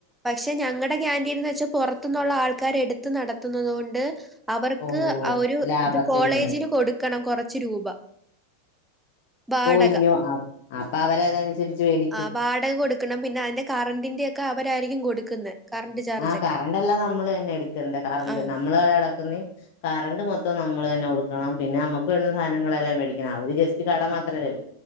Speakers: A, in the centre; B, on the left.
A: പക്ഷെ ഞങ്ങളടെ കാന്റീനെന്നു വെച്ചാ പുറത്തുനൊള്ള ആൾക്കാര് എടുത്തു നടത്തുന്നത് കൊണ്ട് അവർക്ക്
B: ഓ
A: ഒരു
B: ലാഭത്തിന്
A: ഇത് കോളേജിന്
B: വേണ്ടി
A: കൊടുക്കണം കൊറച്ച് രൂപ വാടക.
B: പോയിഞ്ഞോ അപ്പൊ അവര അതനുസരിച്ച് മേടിക്കും
A: ആ വാടക കൊടുക്കണം പിന്നെ അതിന്റെ കറണ്ടിന്റെ ഒക്കെ അവരായിരിക്കും കൊടുക്കുന്നെ കറണ്ട് ചാർജൊക്കെ.
B: ആ കറണ്ട് എല്ലാം നമ്മള് തന്നെ എടക്കണ്ട കറണ്ട്
A: ആഹ്
B: നമ്മള് ഇവിടെ എടക്കുന്ന കറണ്ട് മൊത്തം നമ്മളെ തന്നെ കൊടുകണം പിന്നെ നമക്ക് വേണ്ടുന്ന സാധനങ്ങളെല്ലാം മേടിക്കണം അവര് ജസ്റ്റ് കട മാത്ര തരു